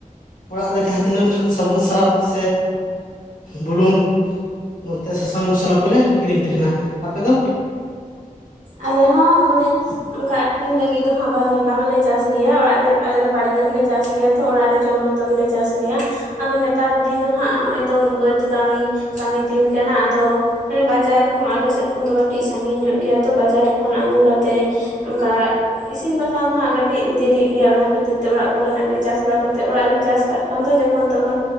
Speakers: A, on the left (about 75°); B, on the right (about 65°).
A: ᱚᱲᱟᱜ ᱨᱮ ᱡᱟᱦᱟᱸ ᱛᱤᱱᱟᱹᱜ ᱥᱟᱵᱚᱱ ᱥᱟᱨᱟᱯ ᱥᱮ ᱵᱩᱞᱩᱝ ᱱᱚᱛᱮ ᱥᱟᱥᱟᱝ ᱢᱚᱥᱞᱟ ᱠᱚᱞᱮ ᱠᱤᱨᱤᱧ ᱛᱟᱦᱮᱱᱟ ᱟᱯᱮ ᱫᱚ?
B: ᱟᱞᱮ ᱦᱚᱸ ᱢᱟᱱᱮ ᱚᱱᱠᱟ ᱟᱠᱠᱷᱨᱤᱧ ᱞᱟᱹᱜᱤᱫ ᱫᱚ ᱦᱟᱸᱜ ᱵᱟᱝᱞᱮ ᱪᱟᱥ ᱜᱮᱭᱟ᱾ ᱚᱲᱟᱜ ᱨᱮ ᱟᱞᱮ ᱫᱚ ᱵᱟᱲᱜᱮ ᱨᱮᱞᱮ ᱪᱟᱥ ᱜᱮᱭᱟ ᱛᱚ᱾ ᱚᱲᱟᱜ ᱨᱮ ᱡᱚᱢ ᱢᱚᱛᱚ ᱜᱮᱞᱮ ᱪᱟᱥ ᱜᱮᱭᱟ᱾ ᱟᱫᱚ ᱱᱮᱛᱟᱨ ᱫᱤᱱ ᱫᱚ ᱦᱟᱸᱜ ᱱᱚᱜᱼᱚᱭ ᱛᱚ ᱵᱟᱹᱫ ᱠᱟᱹᱢᱤ, ᱠᱟᱹᱢᱤ ᱫᱤᱱ ᱠᱟᱱᱟ ᱟᱫᱚ ᱢᱟᱱᱮ ᱵᱟᱡᱟᱨ ᱦᱚᱸ ᱟᱞᱮᱥᱮᱫ ᱠᱷᱚᱱ ᱫᱚ ᱠᱟᱹᱴᱤᱡ ᱥᱟᱺᱜᱤᱧ ᱧᱚᱜ ᱜᱮᱭᱟ ᱛᱚ ᱵᱟᱡᱟᱨ ᱠᱷᱚᱱ ᱟᱹᱜᱩ ᱠᱟᱛᱮ ᱚᱱᱠᱟ ᱤᱥᱤᱱ ᱵᱟᱥᱟᱝ ᱫᱚ ᱦᱟᱸᱜ ᱠᱟᱹᱴᱤᱡ ᱫᱮᱨᱤᱜ ᱜᱮᱭᱟ ᱚᱱᱟ ᱠᱷᱟᱹᱛᱤᱨ ᱛᱮ ᱚᱲᱟᱜ ᱠᱚᱨᱮᱱᱟᱜ ᱜᱮ ᱪᱟᱥ ᱵᱟᱲᱟ ᱠᱟᱛᱮ ᱚᱲᱟᱜ ᱨᱮᱢ ᱪᱟᱥ ᱠᱟᱜ ᱠᱷᱟᱱ ᱫᱚ ᱡᱚᱠᱷᱚᱱ ᱛᱚᱠᱷᱚᱱ